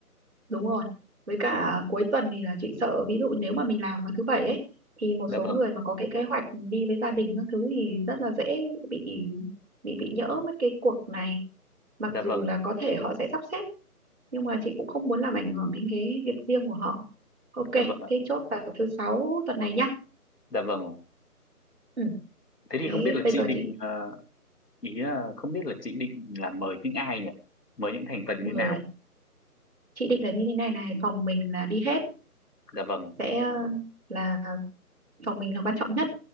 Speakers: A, on the right (about 45°); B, on the left (about 85°).
A: Đúng rồi. Với cả cuối tuần thì là chị sợ ví dụ nếu mà mình làm vào thứ bảy ấy thì một
B: dạ
A: số
B: vâng
A: người mà có cái kế hoạch đi với gia đình các thứ thì rất là dễ bị bị bị nhỡ mất cái cuộc này. Mặc
B: dạ
A: dù
B: vâng
A: là có thể họ sẽ sắp xếp nhưng mà chị cũng không muốn làm ảnh hưởng đến cái việc riêng của họ. Ok,
B: dạ vâng ạ.
A: thế chốt vào thứ sáu tuần này nhá.
B: dạ vâng
A: Ừ,
B: thế thì
A: thế
B: không biết là
A: bây
B: chị
A: giờ
B: định
A: chị
B: ờ, ý là không biết là chị định là mời những ai nhỉ mời những thành phần
A: mời
B: như nào
A: chị định là như thế này này, phòng mình là đi hết
B: dạ vâng
A: sẽ ờ, là phòng mình là quan trọng nhất